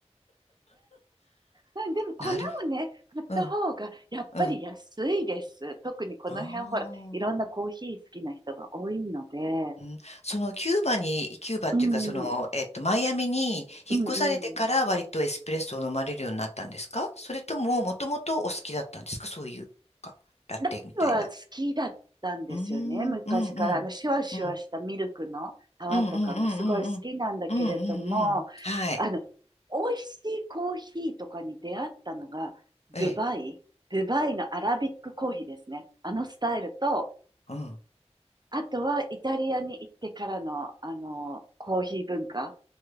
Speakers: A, on the right; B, on the left.
A: までも粉をね、
B: なるほ
A: 買った方がやっぱり安いです。
B: ど。うん。うん。
A: 特にこの辺ほら、
B: ああ。
A: いろんなコーヒー好きな人が多いので、
B: うん、そのキューバに、キューバっていうか、
A: うん、
B: その、
A: うん、
B: えっと、マイアミに引っ越されてから割とエスプレッソを飲まれるようになったんですかそれとも、
A: うん。
B: もともとお好きだったんですかそういうか、ラテみたいな。
A: ラムは好きだったんですよね、
B: うーん、
A: 昔から。
B: うん、うん。
A: あの、シュワシュワしたミルクの泡とかもすごい好きなんだけれども、
B: うんうんうんうんうんうん。うんうんうん。はい。
A: あの、美味しいコーヒーとかに出会ったのが、ドゥバイ、
B: ええ。
A: ドゥバイのアラビックコーヒーですね。あのスタイルと、
B: うん。
A: あとは、イタリアに行ってからの、あの、コーヒー文化。